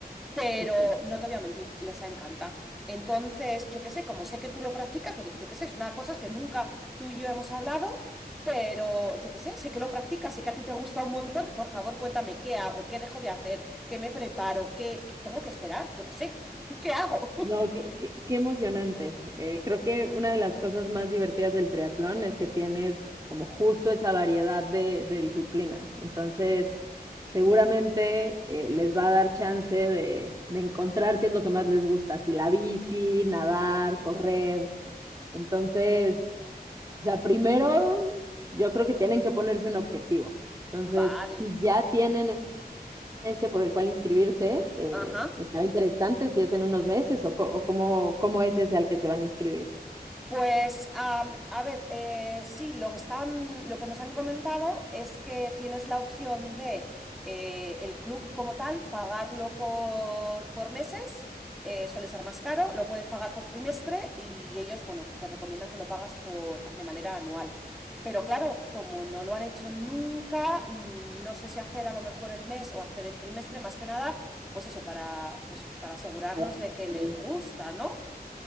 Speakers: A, in the centre; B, on the right.
A: pero
B: Ok.
A: no te voy a mentir, les ha encantado. Entonces, yo qué sé, como sé que tú lo practicas, porque yo qué sé, es una cosa que nunca tú y yo hemos hablado, pero yo qué sé, sé que lo practicas, sé que a ti te gusta un montón, por favor cuéntame qué hago, qué dejo de hacer, qué me preparo, qué, qué tengo que esperar, yo qué sé, <laughs> qué hago.
B: No, qué, qué- qué emocionante. Eh, creo que una de las cosas más divertidas del triatlón es que tienes como justo esa variedad de, de disciplinas. Entonces, seguramente eh, les va a dar chance de, de encontrar qué es lo que más les gusta, si la bici, nadar, correr. Entonces, O sea, primero yo creo que tienen que ponerse un objetivo. Entonces,
A: <laughs> Vale,
B: si ya tienen ese por el cual inscribirse, eh,
A: ajá.
B: estará interesante si es en unos meses o, co- o cómo, cómo es ese al que se van a inscribir.
A: Pues, am, a ver, eh, sí, lo que están, lo que nos han comentado es que tienes la opción de eh, el club como tal, pagarlo por, por meses, eh, suele ser más caro, lo puedes pagar por trimestre y ellos, bueno, pues te recomiendan que lo pagas por, de manera anual. Pero claro, como no lo han hecho nunca, mm, no sé si hacer a lo mejor el mes o hacer el trimestre, más que nada, pues eso, para, pues, para asegurarnos
B: Para ver
A: de que
B: si
A: les
B: les gusta.
A: gusta, ¿no?